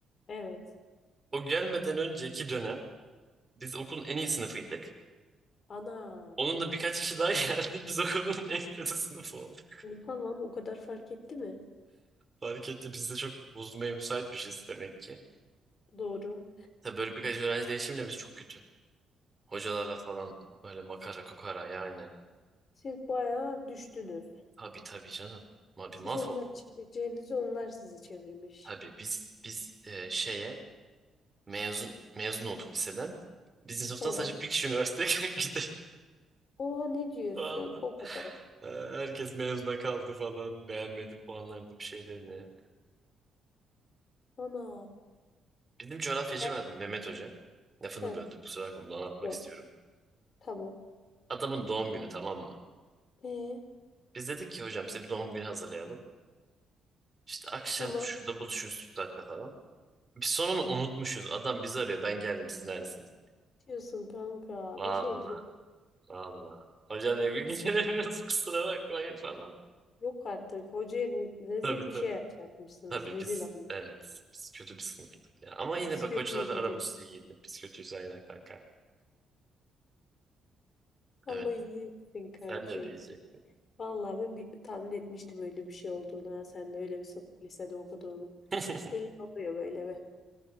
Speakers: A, on the left (about 50°); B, on the right (about 25°).
A: Evet.
B: O gelmeden önceki dönem biz okulun en iyi sınıfıydık.
A: Ana.
B: Onun da birkaç kişi daha <laughs> geldi. Biz okulun en kötü sınıfı olduk.
A: Oha lan o kadar fark etti mi?
B: Fark etti. Biz de çok bozulmaya müsaitmişiz demek ki.
A: Doğru.
B: Tabii böyle birkaç öğrenci değişimle biz çok kötü. Hocalarla falan böyle makara kukara yani.
A: Siz bayağı düştünüz.
B: Tabii tabii canım. Ma bir
A: Siz
B: mahvolduk.
A: onları çevireceğinizi onlar sizi çevirmiş.
B: Tabii biz biz e, şeye mezun mezun olduk liseden. Bizim sınıftan
A: Evet.
B: sadece bir kişi üniversiteye <laughs> gitti.
A: Oha ne diyorsun?
B: Valla.
A: O kadar.
B: Ee, Herkes mezuna kaldı falan. Beğenmedi puanlarını bir şeylerini.
A: Ana.
B: Bizim coğrafyacı
A: Ben
B: vardı Mehmet Hoca. Lafını
A: Heh,
B: böldüm kusura bakma bunu anlatmak
A: yok.
B: istiyorum.
A: Tamam.
B: Adamın doğum günü tamam mı?
A: E
B: Biz dedik ki hocam size bir doğum günü hazırlayalım. İşte akşam
A: tamam
B: şurada buluşuruz şu saatte falan. Biz sonunu unutmuşuz. Adam bizi arıyor. Ben geldim siz neredesiniz?
A: diyorsun kanka.
B: Valla
A: Nasıl olur?
B: valla. Hocam ne
A: Uy.
B: gün gelemiyoruz <laughs> kusura bakmayın falan.
A: Yok artık. Hocaya re- rezil
B: Tabii
A: bir
B: tabii.
A: şey yapmışsınız.
B: Tabii
A: Rezil
B: biz
A: anne.
B: evet biz kötü bir sınıftık ya. Ama yine
A: Biz
B: bak
A: kötüyüz
B: hocalarla
A: zaten.
B: aramız iyiydi. Biz kötüyüz aynen kanka.
A: Allah
B: Evet.
A: iyi etsin kankim.
B: Sen ne diyeceksin?
A: Vallahi ben bir, tahmin etmiştim öyle bir şey olduğunu. Ha. Sen de öyle bir sa- lisede okuduğunu.
B: <laughs>
A: Belli oluyor böyle be.